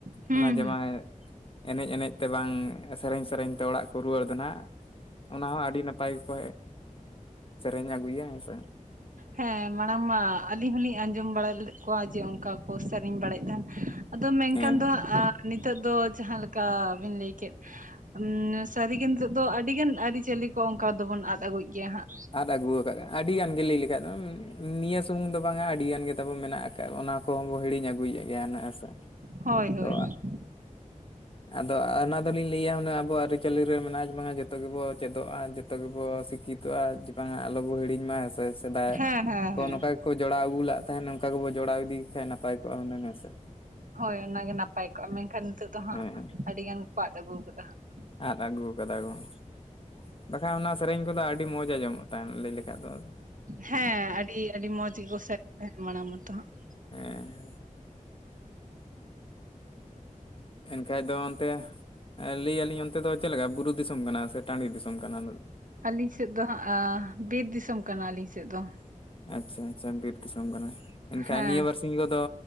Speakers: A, on the right; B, on the left.
A: ᱦᱩᱸ
B: ᱚᱱᱟ ᱡᱮᱢᱟᱭ
A: ᱦᱩᱸ
B: ᱮᱱᱮᱡ ᱮᱱᱮᱡ ᱛᱮ ᱵᱟᱝ ᱥᱮᱨᱮᱧ ᱥᱮᱨᱮᱧ ᱛᱮ ᱚᱲᱟᱜ ᱨᱩᱣᱟᱹᱲ ᱫᱚ ᱱᱟᱦᱟᱜ ᱚᱱᱟ ᱦᱚᱸ ᱟᱹᱰᱤ ᱱᱟᱯᱟᱭ ᱜᱮᱠᱚ ᱥᱮᱨᱮᱧ ᱟᱹᱜᱩᱭᱟ ᱦᱮᱸᱥᱮ᱾
A: ᱦᱮᱸ ᱢᱟᱲᱟᱝ ᱢᱟ ᱟᱹᱞᱤᱧ ᱦᱚᱞᱤᱧ ᱟᱸᱡᱚᱢ ᱵᱟᱲᱟ ᱞᱮᱫ ᱠᱚᱣᱟ ᱡᱮ ᱚᱱᱠᱟ ᱠᱚ ᱥᱮᱨᱮᱧ ᱵᱟᱲᱟᱭᱮᱫ ᱛᱟᱦᱮᱱ᱾ ᱟᱫᱚ ᱢᱮᱱᱠᱷᱟᱱ
B: ᱦᱮᱸ
A: ᱫᱚ ᱦᱟᱸᱜ ᱱᱤᱛᱚᱜ ᱫᱚ ᱡᱟᱦᱟᱸᱞᱮᱠᱟ ᱵᱤᱱ ᱞᱟᱹᱭ ᱠᱮᱫ ᱩ ᱥᱟᱹᱨᱤᱜᱮ ᱱᱤᱛᱳᱜ ᱫᱚ ᱟᱹᱰᱤᱜᱟᱱ ᱟᱹᱨᱤᱪᱟᱹᱞᱤ ᱠᱚ ᱚᱱᱠᱟ ᱫᱚᱵᱚᱱ ᱟᱫ ᱟᱹᱜᱩᱭ ᱜᱮᱭᱟ ᱦᱟᱸᱜ᱾
B: ᱟᱫ ᱟᱹᱜᱩ ᱟᱠᱟᱫ ᱟᱹᱰᱤ ᱜᱟᱱ ᱜᱮ ᱞᱟᱹᱭ ᱞᱮᱠᱷᱟᱡ ᱫᱚ ᱱᱤᱭᱟᱹ ᱥᱩᱢᱩᱝ ᱫᱚ ᱵᱟᱝᱟ ᱟᱹᱰᱤ ᱜᱟᱱ ᱜᱮ ᱛᱟᱵᱚ ᱢᱮᱱᱟᱜ ᱟᱠᱟᱫ ᱚᱱᱟ ᱠᱚ ᱦᱚᱸᱵᱚ ᱦᱤᱲᱤᱧ ᱟᱹᱜᱩᱭᱮᱫ ᱜᱮᱭᱟ ᱱᱟᱜ ᱥᱮ
A: ᱦᱳᱭ ᱦᱳᱭ ᱦᱳᱭ
B: ᱛᱚ
A: ᱾
B: ᱟᱫᱚ ᱚᱱᱟ ᱫᱚᱞᱤᱧ ᱞᱟᱹᱭᱟ ᱟᱵᱚ ᱟᱹᱨᱤᱪᱟᱹᱞᱤ ᱨᱮ ᱢᱮᱱᱟᱜᱼᱟ ᱢᱟᱱᱮ ᱡᱚᱛᱚ ᱜᱮᱵᱚ ᱪᱮᱫᱚᱜᱼᱟ᱾ ᱡᱚᱛᱚ ᱜᱮᱵᱚ ᱥᱤᱠᱷᱤᱛᱚᱜᱼᱟ ᱡᱮ ᱵᱟᱝᱟ ᱟᱞᱚᱵᱚ ᱦᱤᱲᱤᱧ ᱢᱟ ᱦᱮᱸᱥᱮ ᱾ ᱥᱮᱫᱟᱭ
A: ᱦᱮᱸ ᱦᱮᱸ
B: ᱠᱚ
A: ᱦᱮᱸ
B: ᱱᱚᱝᱠᱟ ᱜᱮᱠᱚ ᱡᱚᱲᱟᱣ ᱟᱹᱜᱩ ᱞᱮᱫᱟᱜ ᱛᱟᱦᱮᱸᱫ ᱱᱚᱝᱠᱟ ᱜᱮᱵᱚ ᱡᱚᱲᱟᱣ ᱤᱫᱤ ᱠᱷᱟᱱ ᱱᱟᱯᱟᱭ ᱠᱚᱜᱼᱟ ᱦᱩᱱᱟᱹᱝ ᱦᱮᱸᱥᱮ ᱾
A: ᱦᱳᱭ ᱚᱱᱟ ᱜᱮ ᱱᱟᱯᱟᱭ ᱠᱚᱜᱼᱟ ᱢᱮᱱᱠᱷᱟᱱ ᱱᱤᱛᱚᱜ ᱫᱚ ᱦᱟᱸᱜ
B: ᱦᱮᱸ
A: ᱟᱹᱰᱤ ᱜᱟᱱ ᱜᱮᱠᱚ ᱟᱫ ᱟᱹᱜᱩ ᱟᱠᱟᱫᱟ ᱦᱟᱸᱜ ᱾
B: ᱟᱫ ᱟᱹᱜᱩ ᱠᱟᱫᱟ ᱠᱚ ᱾ ᱵᱟᱠᱷᱟᱱ ᱚᱱᱟ ᱥᱮᱨᱮᱧ ᱠᱚᱫᱚ ᱟᱹᱰᱤ ᱢᱚᱡᱽ ᱟᱸᱡᱚᱢᱚᱜ ᱛᱟᱦᱮᱸ ᱞᱟᱹᱭ ᱞᱮᱠᱷᱟᱡ ᱫᱚ ᱾
A: ᱦᱮᱸ ᱟᱹᱰᱤ ᱟᱹᱰᱤ ᱢᱚᱸᱡᱽ ᱜᱮᱠᱚ ᱥᱮᱨᱮᱧᱮᱫ ᱛᱟᱦᱮᱸ ᱢᱟᱲᱟᱝ ᱢᱟᱛᱚ ᱦᱟᱸᱜ ᱾
B: <inaudible> ᱮᱱᱠᱷᱟᱡ ᱫᱚ ᱚᱱᱛᱮ ᱞᱟᱹᱭ ᱟᱹᱞᱤᱧ ᱚᱱᱛᱮ ᱫᱚ ᱪᱮᱫ ᱞᱮᱠᱟ ᱵᱩᱨᱩ ᱫᱤᱥᱚᱢ ᱠᱟᱱᱟ ᱥᱮ ᱴᱟᱹᱰᱤ ᱫᱤᱥᱚᱢ ᱠᱟᱱᱟ?
A: ᱟᱹᱞᱤᱧ ᱥᱮᱫ ᱫᱚ ᱦᱟᱸᱜ ᱵᱤᱨ ᱫᱤᱥᱚᱢ ᱠᱟᱱᱟ ᱟᱹᱞᱤᱧ ᱥᱮᱫ ᱫᱚ ᱾
B: ᱟᱪᱪᱷᱟ ᱟᱪᱪᱷᱟ ᱵᱤᱨ ᱫᱤᱥᱚᱢ ᱠᱟᱱᱟ᱾ ᱮᱱᱠᱷᱟᱱ
A: ᱦᱮᱸ
B: ᱱᱤᱭᱟᱹ ᱵᱟᱨ <unintelligible> ᱠᱚᱫᱚ